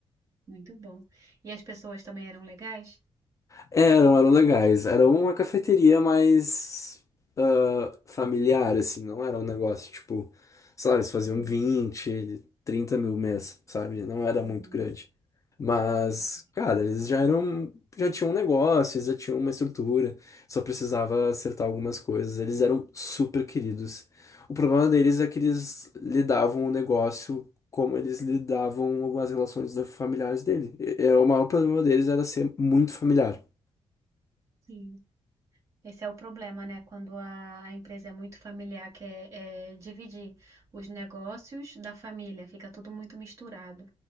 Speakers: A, on the right (about 30°); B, on the left (about 30°).
A: muito bom. E as pessoas também eram legais?
B: Eram, eram legais. Era uma cafeteria mais ah, familiar, assim, não era um negócio tipo, sei lá, eles faziam
A: Uhum,
B: 20, 30 mil mês, sabe? Não era
A: uhum.
B: muito grande. Mas,
A: Não,
B: cara, eles já eram, já tinham um negócio, eles já tinham uma estrutura, só precisava acertar algumas coisas. Eles eram super queridos. O problema deles é que eles lidavam o negócio como eles lidavam com as relações da- familiares dele. É, é, o maior problema deles era ser muito familiar.
A: Sim. Esse é o problema, né? Quando a, a empresa é muito familiar, que é, é dividir os negócios da família, fica tudo muito misturado.